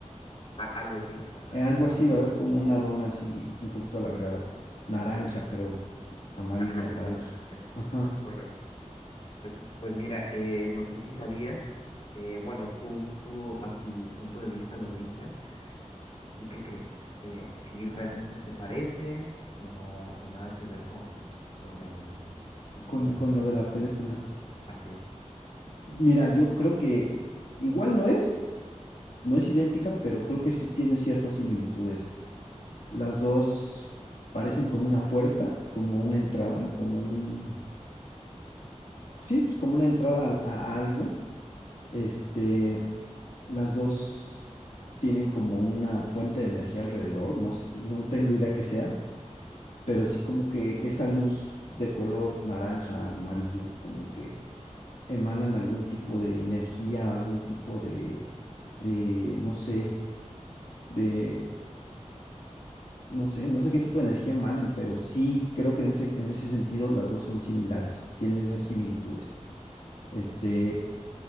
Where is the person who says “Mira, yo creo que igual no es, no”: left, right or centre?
Left